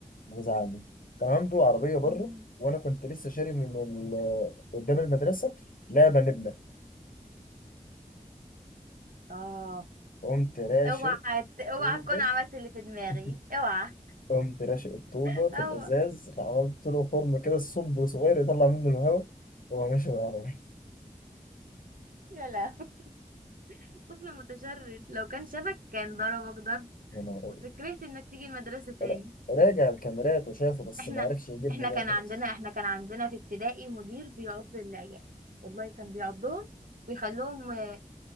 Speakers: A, on the left; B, on the right.
A: وزعلني كان عنده عربية بره
B: مم.
A: وأنا كنت لسه شاري من ال... قدام المدرسة لعبة نبلة
B: اه
A: قمت راشق
B: اوعى ت- اوعى
A: وبس.
B: تكون عملت اللي في دماغي
A: <laughs>
B: اوعى
A: قمت راشق الطوبة
B: <laughs>
A: في
B: اوعى
A: الإزاز عملت له خرم كده الصب صغير يطلع منه الهواء وهو ماشي بالعربية
B: يا لا <laughs> طفل متشرد لو كان شبك كان ضربك ضرب
A: يا نهار
B: كنت
A: أبيض
B: كرهت انك تيجي المدرسة تاني
A: را- راجع الكاميرات وشافه بس
B: احنا
A: ما عرفش يجيبني
B: احنا
A: بقى
B: كان
A: خلاص
B: عندنا احنا كان عندنا في ابتدائي مدير بيعض العيال والله كان بيعضهم ويخليهم آه،